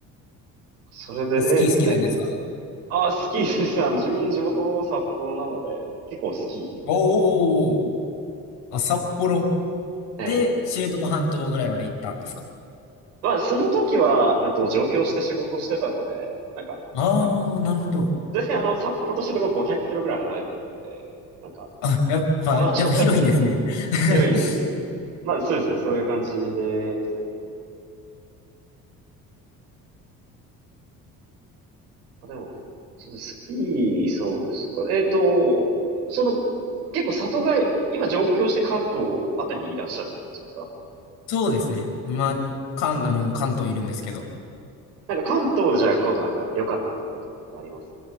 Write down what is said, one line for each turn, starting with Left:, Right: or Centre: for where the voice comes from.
Right: それで、
Left: スキー好きなんですか
Right: え、で、あ、スキーですねあの自分地元札幌なので、結構スキーやってます。
Left: おーおーおーおー、あ、札幌。
Right: ええ。
Left: で、知床半島ぐらいまで行ったんですか
Right: まあ、その時は、うんと、上京して仕事してたので、なんか、
Left: ああー、
Right: まあ、
Left: なるほど。
Right: 全然あの、札幌としてとこ500キロぐらい離れてるんで、なんか、
Left: あ、やっぱ、
Right: 同じ北海道結構
Left: やっぱ広いんですね。<laughs>
Right: 広いんですけど、まあ、そうですね、そういう感じで、あ、でも、そうですスキー、そうですか。えっと、その、結構里帰り、今上京して関東あたりにいらっしゃるって感じですか
Left: そうですね。まあ、関、あの、関東いるんですけど。
Right: なんか関東でじゃあ今度なんか良かったところとかってあります